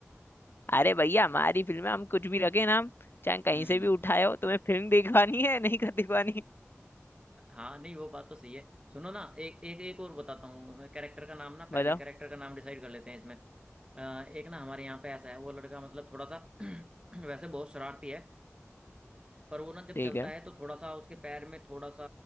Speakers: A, on the left; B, on the right.
A: अरे भैया हमारी फिल्म में हम कुछ भी रखे ना हम चाहे कहीं
B: हम्म
A: से भी उठाए हो तुम्हें फिल्म दिखवानी है नहीं कर दिखवानी
B: हाँ नहीं वो बात तो सही है सुनो ना एक एक एक और बताता हूँ कैरेक्टर का नाम ना पहले
A: बताओ
B: कैरेक्टर का नाम डिसाइड कर लेते हैं इसमें अ, एक ना हमारे यहाँ पे ऐसा है वो लड़का मतलब थोड़ा सा <clears throat> वैसे बहुत शरारती है पर वो ना जब
A: ठीक
B: चलता
A: है
B: है तो थोड़ा सा उसके पैर में थोड़ा सा